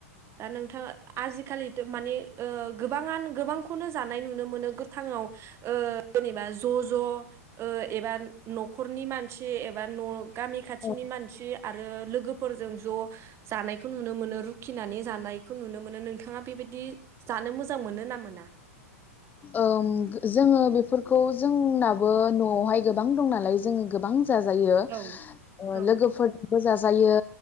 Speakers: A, on the right (about 35°); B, on the left (about 20°).
A: दा नोंथाङा आजि खालिथ' माने ओ गोबाङानो गोबांखौनो जानाय नुनो मोनो गोथाङाव ओ जेनेबा ज' ज' ओ एबा न'खरनि मानसि एबा न' गामि खाथिनि
B: औ
A: मानसि आरो लोगोफोरजों ज' जानाय खो नुनो मोनो रुखिनानै जानायखौ नुनो मोनो। नोंथाङा बेबायदि जानो मोजां मोनो ना मोना?
B: ओम जोङो बेफोरखौ जोंनाबो न'आवहाय गोबां दं नालाय जोङो गोबां जाजायो ओ
A: औ औ
B: लोगोफोरजोंबो जाजायो